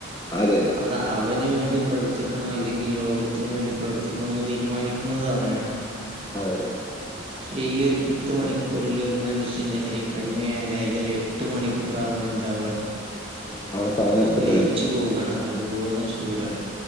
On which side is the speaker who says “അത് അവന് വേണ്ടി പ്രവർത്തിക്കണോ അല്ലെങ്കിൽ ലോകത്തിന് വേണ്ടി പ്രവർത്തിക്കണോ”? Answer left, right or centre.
Right